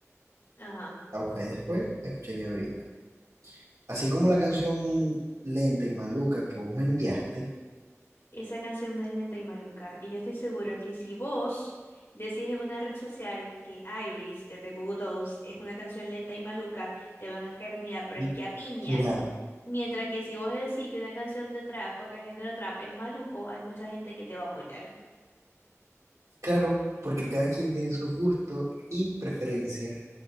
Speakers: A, on the left; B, on the right.
A: ajá.
B: La busqué después, escuché Neverita. Así como la canción lenta y maluca que vos me enviaste.
A: Esa canción no es lenta y maluca, y yo estoy seguro que si vos decís en una red social que Iris de The Goo Goo Dolls es una canción lenta y maluca, te van a caer, mira, pero
B: y-
A: es que a piña.
B: mira,
A: Mientras que si vos decís que una canción de trap o que el género trap es maluco, hay mucha gente que te va a apoyar.
B: claro, porque cada quien tiene sus gustos y preferencias.